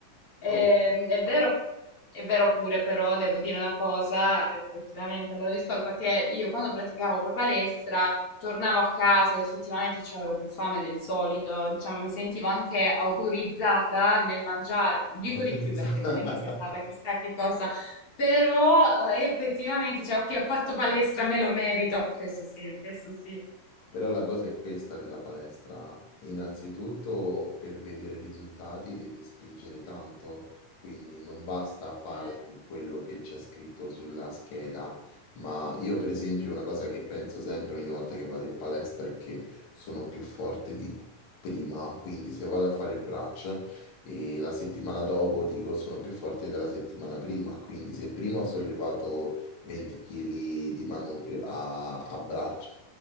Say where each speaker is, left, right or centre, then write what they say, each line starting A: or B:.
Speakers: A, on the left; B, on the left.
A: Ehm,
B: Ok,
A: è vero, è vero pure, però devo dire una cosa, effettivamente, allora discolpa che io quando praticavo poi palestra tornavo a casa, effettivamente avevo più fame del solito, diciamo, mi sentivo anche autorizzata nel mangiare, non dico
B: autorizzato.
A: di più perché non
B: <laughs>
A: è che sia stata chissà che cosa, però eh, effettivamente, cioè, ok, ho fatto palestra, me lo merito, questo sì, questo sì,
B: Però la cosa è questa della palestra. Innanzitutto, per vedere risultati devi spingere tanto, quindi non basta fare
A: eh,
B: di quello che c'è scritto sulla scheda. Ma io, per esempio, una cosa che penso sempre ogni volta che vado in palestra è che sono più forte di prima. Quindi se vado a fare braccia e la settimana dopo dico sono più forte della settimana prima. Quindi se prima ho sollevato 20
A: que-
B: kg di manubrio a a braccia